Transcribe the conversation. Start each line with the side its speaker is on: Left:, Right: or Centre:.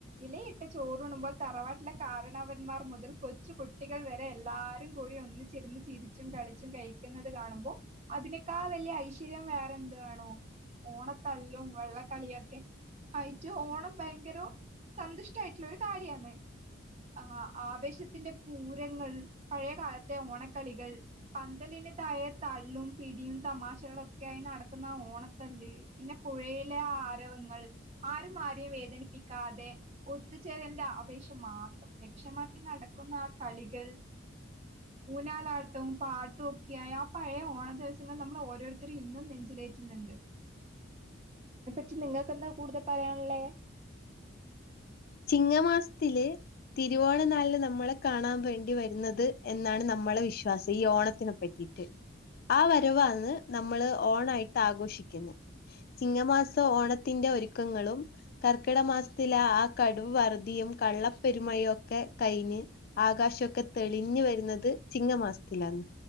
Right: ഇലയിട്ട് ചോറണുമ്പോൾ തറവാട്ടിലെ കാരണവന്മാർ മുതൽ കൊച്ചു കുട്ടികൾ വരെ എല്ലാവാരും കൊ കൂടി ഒന്നിചിരുന്ന് ചിരിച്ചും കളിച്ചും കഴിക്കുന്നത് കാണുമ്പോ അതിനക്കാൾ വലിയ ഐശ്വര്യം വേറെന്താ ആണോ ഓണത്തല്ലും വെള്ളംക്കളിയൊക്കെ ആയിട്ട് ഓണം ഭയങ്കര സന്തുഷ്ടായിട്ടുള്ള ഒരു കാര്യാണ് ആ ആവേശത്തിന്റെ പൂരങ്ങൾ പഴയകാലത്തെ ഓണക്കളികൾ പന്തലി താഴെ തള്ളും പിടിയും തമാശകളൊക്കെ ആയി നടക്കുന്ന ഓണത്തല്ല് പിന്നെ പുഴയിലെ ആരവങ്ങൾ ആരും ആരെയും വേദനിപ്പിക്കാതെ ഒത്തുചേരലിൻ്റെ ആപേശം മാത്രം ലക്ഷ്യമാക്കി നടക്കുന്ന ആ കളികൾ ഊഞ്ഞാലാട്ടും പാട്ടും ഒക്കെയായ ആ പഴയ ഓണ ദിവസങ്ങള് നമ്മൾ ഓരോരുത്തരും ഇന്നും നെഞ്ചിൽ ഏറ്റുന്നുണ്ട് പറ്റി നിങ്ങൾക്ക്ന്താ കൂടുതൽ പറയാനുള്ളേ
Left: ചിങ്ങമാസത്തില് തിരുവോണനാളില് നമ്മളെ കാണാൻ വേണ്ടി വരുന്നത് എന്നാണ് നമ്മളെ വിശ്വാസം ഈ ഓണത്തിനെപ്പറ്റി വിട്ട് ആ വരവാന്ന് നമ്മള് ഓണായിട്ട് ആഘോഷിക്കുന്നത് ചിങ്ങമാസം ഓണത്തിന്റെ ഒരുക്കങ്ങളും കർക്കിട മാസത്തില ആ കടുവം വറുധിയും കള്ളപ്പെരുമഴയും ഒക്കെ കഴിഞ്ഞ് ആകാശൊക്കെ തെളിഞ്ഞ് വരുന്നത് ചിങ്ങ മാസല്ലാണ്